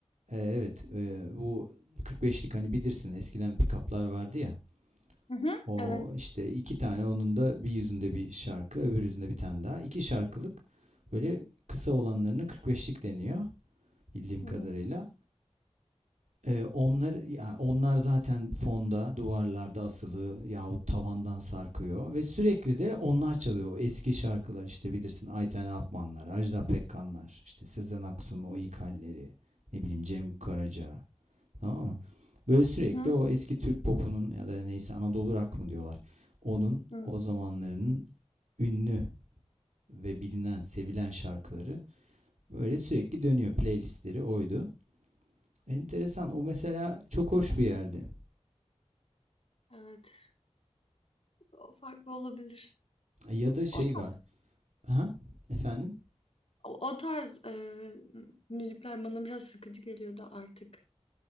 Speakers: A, on the right (about 85°); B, on the left (about 55°).
A: Ee, evet e, bu 45'lik hani bilirsin eskiden pick-up'lar vardı ya.
B: Hı hı.
A: O
B: Evet.
A: işte iki tane onun da bir yüzünde bir şarkı öbür yüzünde bir tane daha. İki şarkılık böyle kısa olanlarına 45'lik deniyor bildiğim
B: Hmm.
A: kadarıyla. Eee, onlar ya onlar zaten fonda, duvarlarda asılı yahut tavandan sarkıyor ve sürekli de onlar çalıyor. O eski şarkılar işte bilirsin Ayten Alpmanlar, Ajda Pekkanlar, işte Sezen Aksu'nun o ilk halleri, ne bileyim Cem Karaca. Tamam mı? Böyle sürekli
B: Hı hı.
A: o eski Türk popunun ya da neyse Anadolu rock mı diyorlar. Onun
B: Hı.
A: o zamanlarının ünlü ve bilinen, sevilen şarkıları böyle sürekli dönüyor. Playlistleri oydu. Enteresan. O mesela çok hoş bir yerdi.
B: Evet. O farklı olabilir.
A: Ya
B: O,
A: da şey var. Aha, efendim?
B: o, o tarz e, müzikler bana biraz sıkıcı geliyordu artık.